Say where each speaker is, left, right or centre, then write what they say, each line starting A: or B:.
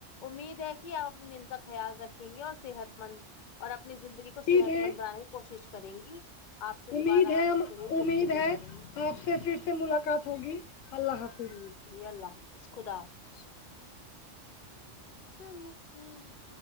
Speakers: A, on the left (about 50°); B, on the left (about 80°).
A: امید ہے کہ آپ اپنی نیند کا خیال رکھیں گے اور صحت مند اور اپنی زندگی کو
B: عید
A: صحت
B: ہے
A: مند بنانے کی کوشش کریں گی آپ سے
B: امید
A: دوبارہ
B: ہے ہم
A: ضرور
B: امید
A: گفتگو
B: ہے
A: کریں گے
B: آپ سے پھر سے ملاقات ہوگی اللہ حافظ
A: جی جی اللہ حافظ خدا حافظ <unintelligible>